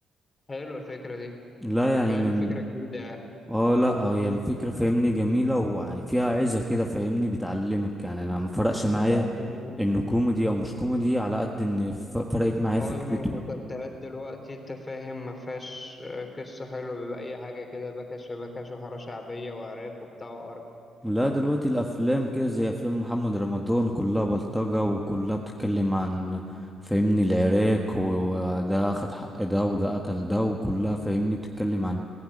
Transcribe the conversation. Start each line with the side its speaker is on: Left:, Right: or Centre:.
Left: حلوة الفكرة دي
Centre: لا يعني
Left: حلوة
Centre: من
Left: الفكرة جديدة يعني
Centre: اه لا هي الفكرة فاهمني جميلة ويعني فيها عظة كده فاهمني بتعلمك يعني انا مفرقش معايا
Left: انت عشان
Centre: انه كوميدي او مش كوميدي على قد ان ف- فرقت معايا
Left: معظم
Centre: فكرته
Left: المسلسلات دلوقتي انت فاهم ما فيهاش آه، قصة حلوة بيبقى أي حاجة كده بكش في بكش وحارة شعبية وعراك وبتاع وقرف
Centre: لا دلوقتي الافلام كده زي افلام محمد رمضان كلها بلطجة وكلها بتتكلم عن فاهمني العراك وده اخد حق ده وده قتل ده وكلها فاهمني بتتكلم عن